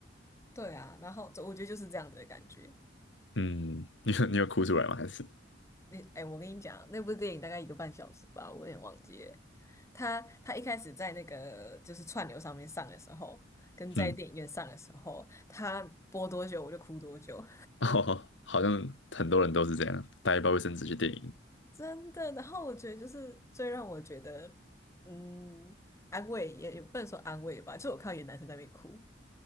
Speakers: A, on the left (about 15°); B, on the left (about 70°).
A: 对啊，然后我觉得就是这样的感觉。
B: 嗯，你有你有哭出来吗？还是
A: 那哎、我跟你讲，那部电影大概一个半小时吧，我有点忘记了。他他一开始在那个就是串流上面上的时候，跟在电影院上的时候，
B: 嗯，
A: 他播多久我就哭多久，
B: 哦，好像很多人都是这样，带一包卫生纸去电影。
A: <laughs> 真的。然后我觉得就是最让我觉得嗯安慰也也不能说安慰吧，就我看到有男生在那边哭，